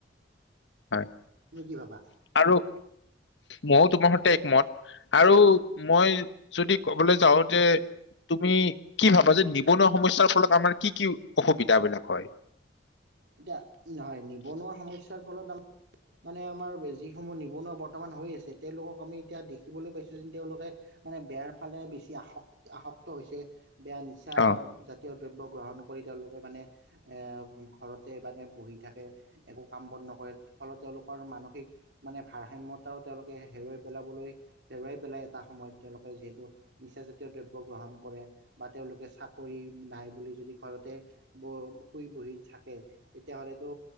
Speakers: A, on the left; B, on the right.
A: হয়
B: তুমি কি ভাবা?
A: আৰু মইও তোমাৰ সৈতে একমত আৰু মই যদি কবলে যাও যে তুমি কি ভাবা যে নিবনুৱা সমস্যাৰ ফলত আমাৰ কি কি অসুবিধাবিলাক হয়?
B: এতিয়া নহয় নিবনুৱা সমস্যাৰ ফলত আম মানে আমাৰ বে যিসমূহ নিবনুৱা বৰ্তমান হৈ আছে তেওঁলোকক আমি এতিয়া দেখিবলৈ পাইছো যেন তেওঁলোকে মানে বেয়াৰ ফালে বেছি আসক আসক্ত হৈছে, বেয়া নিচ <unintelligible>
A: অ
B: জাতীয় দ্ৰব্য গ্ৰহণ কৰি তেওঁলোকে মানে এ ঘৰত তে মানে বহি থাকে, একো কাম বন নকৰে ফলত তেওঁলোকৰ মানসিক মানে ভাৰসাম্যতাও তেওঁলোকে হেৰুৱাই পেলাবলৈ হেৰুৱাই পেলাই এটা সময়ত তেওঁলোকে যিহেতু নিচা জাতীয় দ্ৰব্য গ্ৰহণ কৰে। বা তেওঁলোকে চাকৰি নাই বুলি যদি ঘৰতে ব শুই বহি থাক তে তেতিয়াহ'লেতো